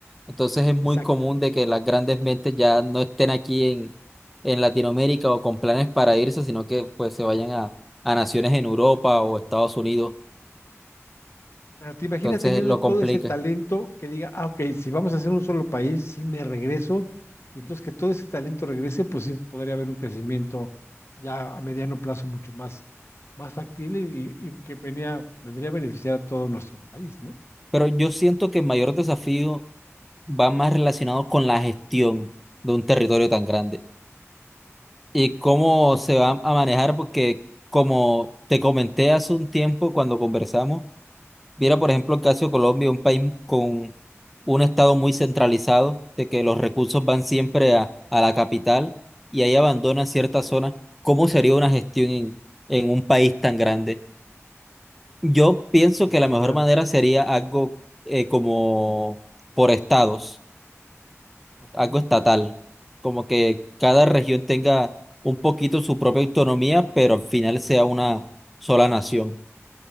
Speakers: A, in the centre; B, on the left (about 55°).
A: Entonces es muy
B: exacto.
A: común de que las grandes mentes ya no estén aquí en, en Latinoamérica o con planes para irse, sino que pues se vayan a, a naciones en Europa o Estados Unidos.
B: Pero te imaginas
A: Entonces
B: teniendo
A: lo
B: todo
A: complica.
B: ese talento que diga, ah, ok, si vamos a hacer un solo país, sí me regreso, y entonces que todo ese talento regrese, pues sí podría haber un crecimiento ya a mediano plazo mucho más, más factible y, y que venía, vendría a beneficiar a todo nuestro país, ¿no?
A: Pero yo siento que el mayor desafío va más relacionado con la gestión de un territorio tan grande. y cómo se va a manejar, porque como te comenté hace un tiempo cuando conversamos, mira, por ejemplo, el caso de Colombia, un país con un estado muy centralizado, de que los recursos van siempre a, a la capital y ahí abandonan ciertas zonas. ¿Cómo sería una gestión en, en un país tan grande? Yo pienso
B: Y
A: que
B: sería,
A: la mejor manera sería algo eh, como por estados
B: ok.
A: algo estatal, como que cada región tenga un poquito su propia autonomía, pero al final sea una sola nación.